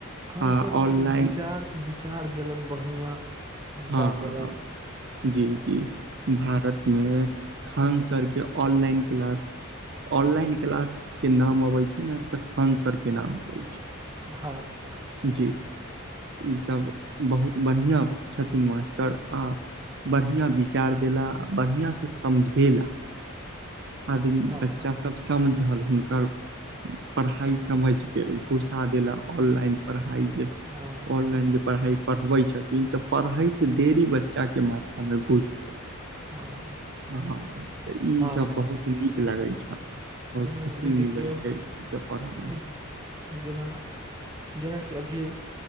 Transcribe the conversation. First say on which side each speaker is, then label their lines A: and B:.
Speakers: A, on the right (about 20°); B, on the right (about 55°).
A: खान
B: आ
A: सर सबके
B: ऑनलाइन
A: विचार विचार देलनि बनहिया विचार
B: हँ हँ
A: देलेन।
B: हँ जी जी भारतमे खान सरके ऑनलाइन क्लास- - ऑनलाइन क्लास के नाम अबै छै ने तऽ खानसरके नाम अबै छै।
A: हँ।
B: जी ईसब बहुत बढ़ियाँ छथिन मास्टर आ- - बढ़ियाँ विचार देला आ बढ़ियाँसँ समझेला। आदमी
A: हँ
B: बच्चा सब समझल हुनकर- - पढ़ाइ समेझ के घूसा देला ऑनलाइन- - पढ़ाई जे
A: हँ हँ
B: ऑनलाइन जे पढ़ाई -- पढ़बै छथिन तऽ पढ़ैत देरी बच्चाके मेथा मे घुसि गेल।
A: हँ
B: अहँ तऽ ईसभ
A: हँ
B: बहुत नीक लगै छल। बहुत
A: जेना
B: खुशी
A: अभी देखियौ
B: मिलै छै जे पढ़ऽमे-
A: देखियौ
B: -
A: जेना जेनाके अभीये